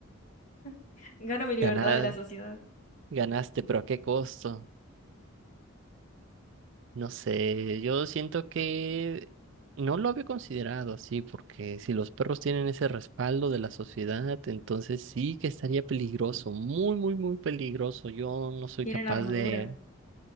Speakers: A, on the left (about 35°); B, on the right (about 60°).
A: <laughs> Gano mi libertad
B: ganadas
A: de la sociedad.
B: Ganaste, pero ¿a qué costo? No sé, yo siento que no lo había considerado así, porque si los perros tienen ese respaldo de la sociedad, entonces sí que estaría peligroso, muy, muy, muy peligroso. Yo no soy
A: Tienen
B: capaz
A: armadura.
B: de,